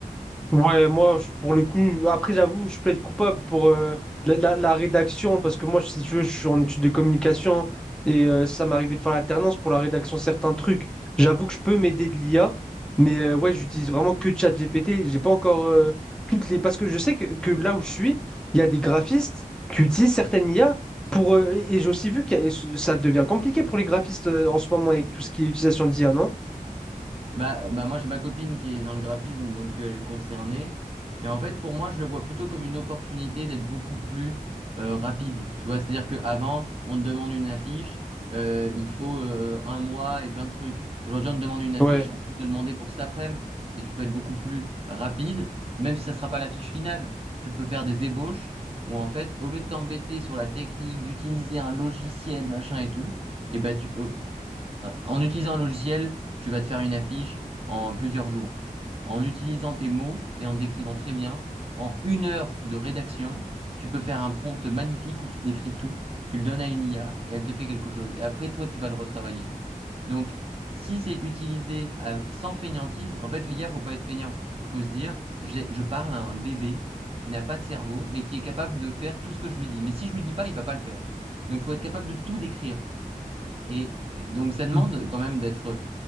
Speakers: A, in the centre; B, on the right (about 40°).
A: Ouais, moi, je- pour le coup, après, j'avoue, je plaide coupable pour euh, la, la- la rédaction, parce que moi, si tu veux, je suis en études de communication et euh, ça m'arrivait de faire l'alternance pour la rédaction de certains trucs. J'avoue que je peux m'aider de l'IA, mais euh, ouais, j'utilise vraiment que ChatGPT. J'ai pas encore euh, toutes les. Parce que je sais que, que là où je suis, il y a des graphistes qui utilisent certaines IA pour. euh, et et j'ai aussi vu que ça devient compliqué pour les graphistes euh, en ce moment avec tout ce qui est utilisation d'IA, non?
B: Bah, bah moi j'ai ma copine qui est dans le graphisme, donc euh, elle est concernée. Et en fait, pour moi, je le vois plutôt comme une opportunité d'être beaucoup plus euh, rapide. Tu vois, c'est-à-dire qu'avant, on te demande une affiche, euh, il te faut euh, un mois et plein de trucs. Aujourd'hui, on te demande une affiche,
A: Ouais.
B: on peut te demander pour cet après-midi. Et tu peux être beaucoup plus rapide, même si ça ne sera pas l'affiche finale. Tu peux faire des ébauches où en fait, au lieu de t'embêter sur la technique, d'utiliser un logiciel, machin et tout, et ben tu, en utilisant un logiciel, tu vas te faire une affiche en plusieurs jours. En utilisant tes mots et en décrivant très bien, en une heure de rédaction, tu peux faire un prompt magnifique où tu décris tout, tu le donnes à une IA et elle te fait quelque chose. Et après, toi, tu vas le retravailler. Donc, si c'est utilisé euh, sans fainéantise, en fait, l'IA, faut pas être fainéant. Faut se dire, j'ai- je parle à un bébé qui n'a pas de cerveau, mais qui est capable de faire tout ce que je lui dis. Mais si je lui dis pas, il va pas le faire. Donc, faut être capable de tout décrire. Et donc ça demande
A: Mm.
B: quand même d'être